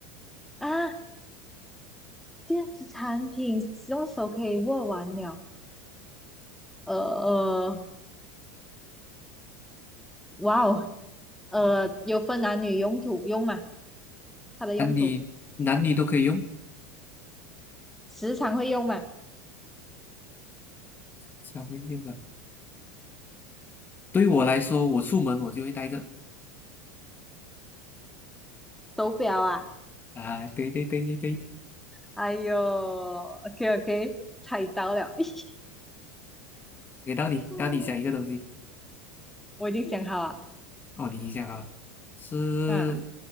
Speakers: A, in the centre; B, on the left.
A: <laughs> 啊？电子产品用手可以握完了。呃呃，哇哦，呃，有分男女用途用嘛？它的用途
B: 男女男女都可以用，
A: 时常会用嘛？
B: 稍微用啊。对我来说，我出门我就会带着
A: 手表啊？
B: 啊，对对对对对，
A: 哎呦，OK OK，猜到了。<laughs>
B: 给到你，
A: 嗯
B: 到你想一个东西。
A: 我已经想好了，
B: 哦，你一下啊，是
A: 啊，